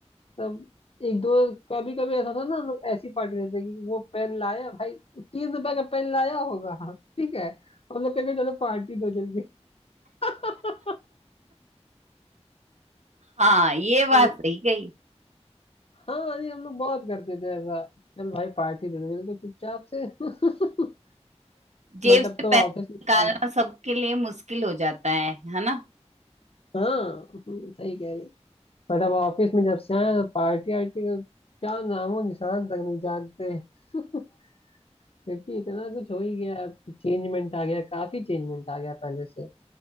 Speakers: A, on the left; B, on the right.
A: तब एक दो कभी कभी ऐसा था ना हम लोग ऐसी पार्टी देते कि वो पेन लाया भाई तीन रुपए का पेन लाया होगा <laughs> ठीक है हम लोग कहेंगे चलो पार्टी दो जल्दी <laughs>
B: हाँ ये बात
A: तो
B: सही कही
A: हाँ अरे हम लोग बहुत करते थे ऐसा चल भाई पार्टी दे दो चल के चुपचाप से <laughs>
B: जेब
A: बट
B: से
A: अब तो
B: पैसा
A: ऑफिस में
B: निकालना
A: काम
B: सबके लिए मुश्किल हो जाता है है ना
A: हाँ हम्म, सही कह रही बट अब ऑफिस में जब से आए हैं, पार्टी आर्टी का क्या नामो निशान तक नहीं जानते <laughs> क्योंकि इतना कुछ हो ही गया चेंजमेंट आ गया काफी चेंजमेंट आ गया पहले से